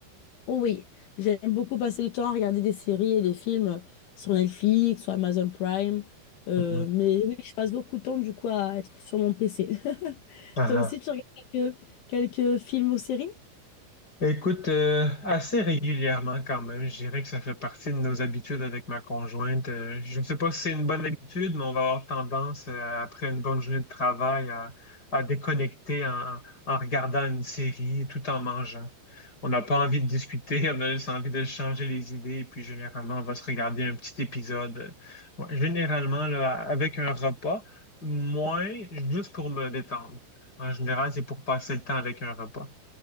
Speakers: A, on the left; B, on the left.
A: Oh Oui, j'aime beaucoup passer du temps à regarder des séries et des films euh, sur Netflix, sur Amazon Prime. Euh,
B: Mhm.
A: mais oui, je passe beaucoup de temps du coup à être sur mon PC. <laughs>
B: Ah,
A: Toi aussi,
B: ah.
A: tu regardes quelques, quelques films ou séries?
B: Écoute, euh, assez régulièrement quand même, je dirais que ça fait partie de nos habitudes avec ma conjointe. Euh, je ne sais pas si c'est une bonne habitude, mais on va avoir tendance, euh, après une bonne journée de travail, à, à déconnecter en, en regardant une série tout en mangeant. On n'a pas envie de discuter, <laughs> on a juste envie de changer les idées, et puis généralement, on va se regarder un petit épisode. Ouais, généralement, là, avec un repas, moins juste pour me détendre. En général, c'est pour passer le temps avec un repas.